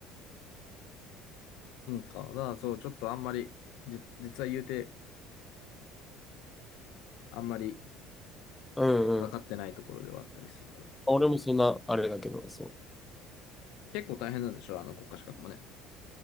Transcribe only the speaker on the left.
うんか、だからそう、ちょっとあんまり、じ、実は言うて、あんまり
分かってないところではあったりするから。
結構大変なんでしょあの国家資格もね。